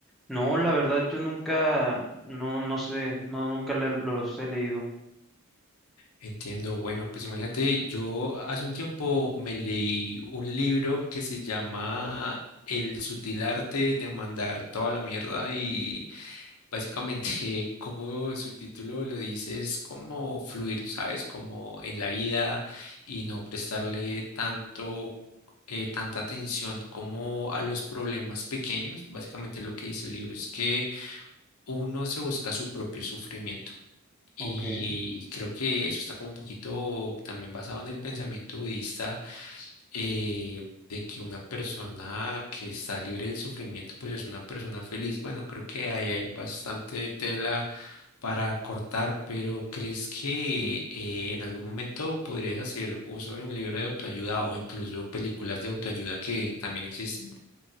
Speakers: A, in the centre; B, on the left.
A: No, la verdad, yo nunca, no, no sé, no, nunca le- los he leído.
B: Entiendo. Bueno, pues imagínate, yo hace un tiempo me leí un libro que se llama El sutil arte de mandar toda la mierda y Básicamente, <laughs> como su título lo dice, es como fluir, ¿sabes? Como en la vida y no prestarle tanto, eh, tanta atención como a los problemas pequeños. Básicamente lo que dice el libro es que uno se busca su propio sufrimiento. Y
A: Ok.
B: creo que eso está como un poquito también basado en el pensamiento budista eh, de que una persona que está libre del sufrimiento, pues es una persona feliz. Bueno, creo que ahí hay bastante tela para cortar, pero ¿crees que eh, en algún momento podrías hacer uso de un libro de autoayuda o incluso películas de autoayuda que también existen?